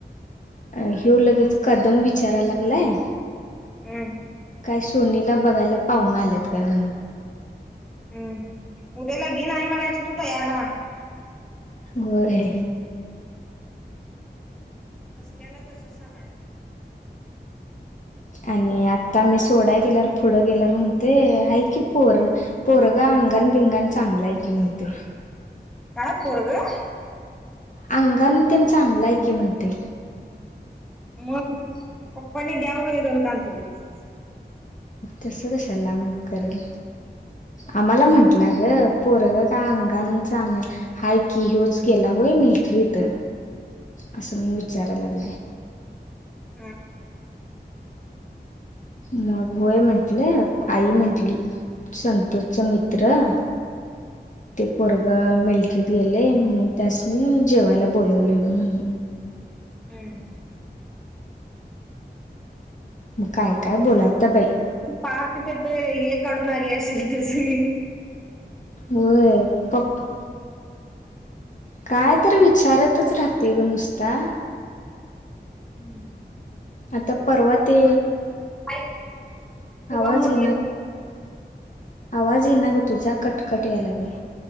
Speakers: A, on the left (about 45°); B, in the centre.
A: अ ह्यऊ लगेच कदम विचाराय लागलाय.
B: हम्म.
A: काय सोनीला बघायला पाहून आल्यात काय म्हणून?
B: हम्म उद्याला घेन म्हणायचं तू तयार राहा.
A: हो रे.
B: तसल्याला तसच सांगायचं.
A: आणि आता मी सोड्या गेल्यावर पुढं गेल्यावर म्हणते हाय की पोर पोरगा अंगण बिंगण चांगला आहे की म्हणते.
B: काय पोरगं?
A: अंगा त्यां चांगलं आहे की म्हणते.
B: मग पप्पनी द्यावं घ दोन कानफडीत.
A: तसं कशाला लाब करेल. आम्हाला म्हटलं ग पोरग का अंगण चांग हाय कि होोच गेला होय मिल्ट्री तर असं म्हण विचाराय लागलंय.
B: हा.
A: मग होय म्हंटलं आई म्हंटली संतोषच मित्र मित्र ते पोरगं मि मिल्ट्री गेले म्हणून त्यास मी जेवायला बोलवलेलो म्हणून.
B: हम्म.
A: मग काय- काय बोलाल तर बाई.
B: पाक ते तर हे काढून आली असेल त्याची.
A: होय. <unintelligible> काय तर विचारतच राहते गं नुसता.
B: हम्म.
A: आता परवा ते
B: <inaudible> फुगा
A: आवाज
B: मोडले
A: येना आवाज येना ग तुझा कटकट यायला लागलाय.